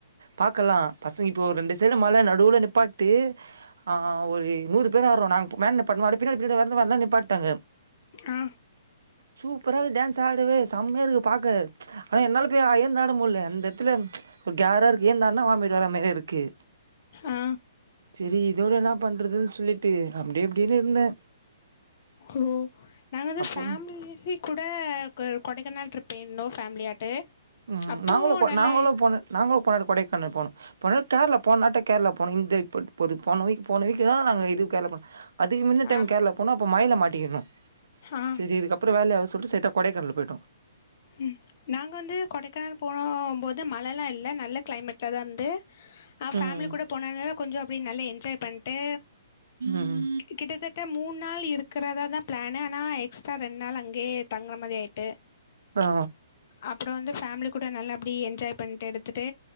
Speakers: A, on the right; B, on the left.
A: பாக்கலா பசங்க இப்ப ஒரு ரெண்டு சைடு மழ நடுவுல நிப்பாட்டு ஆ ஒரு நூறு பேர ஆட்ரோ நாங்க வேன நிப்பாட்ண்ணோம்ம அப்டி பின்னாடி பின்னாடி வர்து வேன் லா நிப்பாட்டிடாங்க
B: ஆ
A: சூப்பராக டான்ஸ் ஆடுவே செம்மையா இருக்கு பாக்க ஆனா என்னால போய் எழுந்து ஆட முடியல அந்த எடத்துல ஒரு கேரா இருக்கு ஏந்தான்னா வாமிட்டு வர மாரி இருக்கு
B: ஆ
A: செரி இதோட என்ன பண்றதுன்னு சொல்லிட்டு அப்படியே அப்படின்னு இருந்தே
B: ஓ நாங்க வந்து
A: அப்புறோ
B: ஃபேமிளியே குடுத் கூட கொடைக்காநள் ட்ரிப் போய்யிருந்தோம் ஃபேமிலியாட்டு
A: ம்
B: அப்போ
A: நாங்களும்
B: நல்ல
A: நாங்களும் போனு நாங்களும் போனோ கொடைக்கானல் போன கேரள போனட்ட கேரளா போனோம் இந்த இது போன வீக்கு போன வீக்கு தான் நா இது கேரள போ அதுக்கு முன்ன டைம்
B: ஆ
A: கேரள போன அப்ப மழைல மாட்டிக்கணும்
B: ஆ
A: செரி இதுக்கப்புறம் வேல ஆவாது சொல்ட்டு ஸ்ட்ரைட்டா கொடைக்கானல் போய்ட்டோ
B: ம் நாங்க வந்து கொடைக்கானல் போன போது மழை எல்லா இல்ல நல்ல கிளைமேட்ல தான் இருந்து ஆ ஃபேமிலி
A: ம்
B: கூட போனதுனால கொஞ்சம் அப்படி நல்லா என்ஜாய் பண்ட்டு
A: ம்
B: கிட்டத்தட்ட மூணு நாள் இருக்கிறதா தான் பிளான்னு ஆனா எக்ஸ்ட்ரா ரெண்டு நாள் அங்க தே தங்குறமறி ஆயிட்டு
A: ஆ
B: அப்புறம் வந்து ஃபேமிலி கூட நல்லா அப்டி என்ஜாய் பண்ட்டு எடுத்துட்டு